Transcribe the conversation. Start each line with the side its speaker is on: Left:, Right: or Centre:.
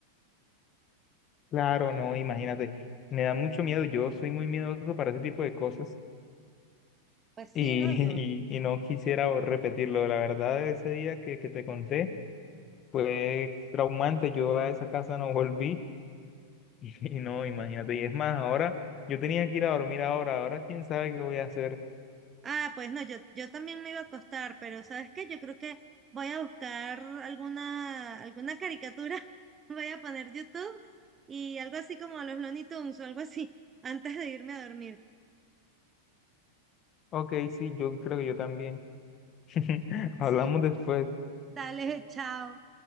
Left: Claro, no, imagínate. Me da mucho miedo. Yo soy muy miedoso para ese tipo de cosas
Right: Pues
Left: y,
Right: sí,
Left: <laughs>
Right: no, yo.
Left: y, y no quisiera o- repetirlo. La verdad, ese día que, que te conté fue traumante. Yo a esa casa no volví <laughs> y, no, imagínate. Y es más, ahora yo tenía que ir a dormir ahora. Ahora quién sabe qué voy a hacer.
Right: Ah, pues no, yo, yo también me iba a acostar, pero ¿sabes qué? Yo creo que voy a buscar alguna, alguna caricatura, <laughs> voy a poner YouTube y algo así como los Looney Tunes o algo así, <laughs> antes de irme a dormir.
Left: Ok, sí, yo creo que yo también. <laughs> Hablamos
Right: Sí,
Left: después.
Right: dale, chao.